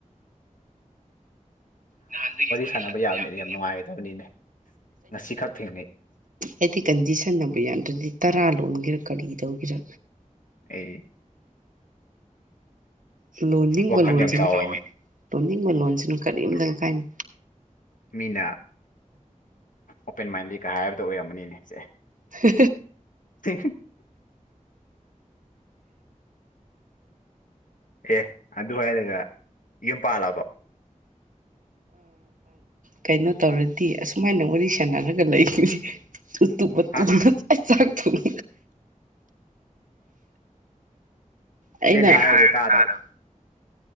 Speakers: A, on the right; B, on the left.
A: ꯅꯍꯥꯟꯗꯒꯤ ꯋꯥꯔꯤ
B: ꯁꯥꯟꯅꯕ
A: ꯁꯥꯠꯄ
B: ꯌꯥꯕꯅꯤꯅ
A: ꯌꯥꯅꯤꯗꯤ
B: ꯌꯥꯝ ꯅꯨꯡꯉꯥꯏꯒꯗꯕꯅꯤꯅꯦ ꯉꯁꯤ ꯈꯛ ꯊꯦꯡꯅꯩ
A: ꯑꯩꯗꯤ ꯀꯟꯗꯤꯁꯟ ꯅꯝꯕꯔ ꯌꯥꯗ꯭ꯔꯗꯤ ꯇꯔꯥ ꯂꯣꯟꯒꯦꯔꯥ ꯀꯔꯤ ꯇꯧꯒꯦꯔ
B: ꯑꯩ
A: ꯂꯣꯟꯅꯤꯡꯕ
B: ꯋꯥꯈꯜ
A: ꯂꯣꯟꯁꯤꯅ
B: ꯌꯥꯝ ꯆꯥꯎꯋꯦꯅꯦ
A: ꯂꯣꯟꯅꯤꯡꯕ ꯂꯣꯟꯁꯤꯅ ꯀꯔꯤꯝꯇꯪ
B: ꯕ꯭ꯔꯣ-
A: ꯀꯥꯏꯅꯤ
B: ꯃꯤꯅ ꯑꯣꯄꯦꯟ ꯃꯥꯏꯟꯗꯦꯠꯀ ꯍꯥꯏꯕꯗꯣ ꯑꯣꯏꯔꯝꯃꯅꯤꯅꯦ ꯁꯦ
A: ꯍ
B: ꯆ ꯑꯦ ꯑꯗꯨ ꯍꯥꯏꯔꯒ ꯌꯨꯝ ꯄꯥꯜꯂꯕ
A: ꯀꯩꯅꯣ ꯇꯧꯔꯗꯤ ꯑꯁꯨꯃꯥꯏꯅ ꯋꯥꯔꯤ ꯁꯥꯟꯅꯔꯒ ꯂꯩꯅꯤ ꯇꯨꯝꯕ
B: ꯍꯥ
A: ꯇꯨꯝꯅ ꯆ ꯆꯥꯛ ꯊꯣꯡ ꯑꯩ
B: ꯑꯩꯅ
A: ꯅ
B: ꯍꯥꯏꯕꯗꯣ
A: ꯇꯔ
B: ꯇꯥꯗꯕ